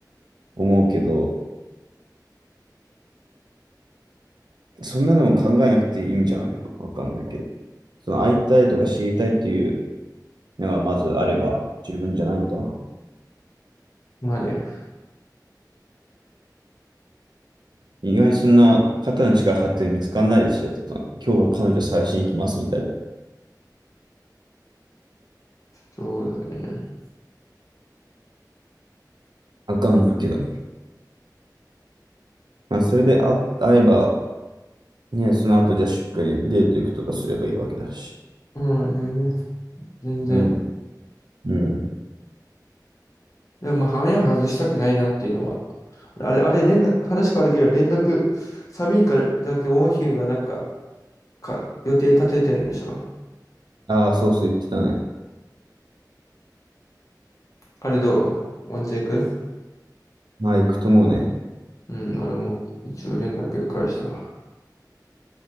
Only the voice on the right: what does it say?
思うけど、そんなでも考えなくていいんじゃないわかんないけど。その会いたいとか知りたいっていうのがまずあれば十分じゃないみたいな。
意外にそんな肩の力張って見つかんないでしょとか、今日彼女探しに行きますみたいな。
わかんないけど。まあそれであ会えば、ね、その後じゃあしっかりデート行くとかすればいいわけだし。
うん。うん。
ああ、そうそう言ってたね。
まあ行くと思うね。